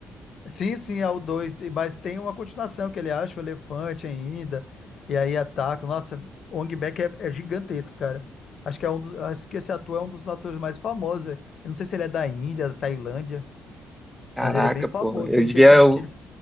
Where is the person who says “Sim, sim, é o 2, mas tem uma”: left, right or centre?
Left